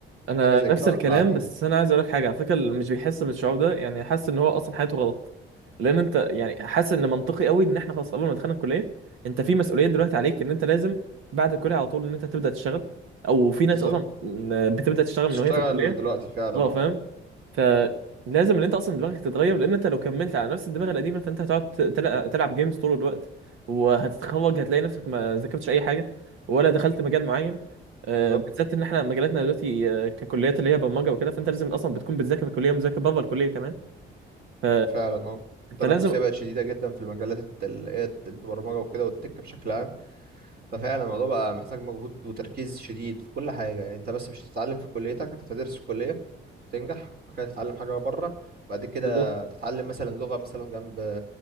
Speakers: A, on the right; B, on the right.
A: انا
B: حاجة زي
A: نفس
B: كده
A: الكلام
B: ولا عادي
A: بس انا عايز اقول لك حاجه على فكره اللي مش بيحس بالشعور ده يعني حاسس ان هو اصلا حياته غلط لان انت يعني حاسس ان منطقي قوي ان احنا خلاص قبل ما دخلنا الكليه انت في مسؤوليه
B: امم
A: دلوقتي عليك ان انت لازم بعد الكليه على طول ان انت تبدا تشتغل او في ناس
B: بالظبط
A: اصلا بتبدا تشتغل
B: تشتغل
A: من وهي في الكليه
B: من دلوقتي فعلا
A: اه
B: اه
A: فاهم فلازم ان انت اصلا دماغك تتغير لان انت لو كملت على نفس الدماغ القديمه فانت هتقعد تل- تلعب جيمز طول الوقت وهتتخرج هتلاقي نفسك ما ذاكرتش اي حاجه ولا دخلت مجال معين آه،
B: بالظبط
A: بالذات ان احنا مجالاتنا دلوقتي آه، ككليات اللي هي برمجه وكده فانت لازم اصلا بتكون بتذاكر في الكليه ومذاكر بره الكليه كمان ف...
B: فعلا اه التنافسية
A: فلازم
B: بقت شديدة جدا في المجالات الت- اللي هي البرمجة وكده والتك بشكل عام ففعلا الموضوع بقى محتاج مجهود وتركيز شديد في كل حاجة يعني انت بس مش هتتعلم في كليتك انت هتدرس في كلية تنجح بعد كده تتعلم حاجة بره وبعد كده
A: بالظبط
B: تتعلم مثلا لغة مثلا جنب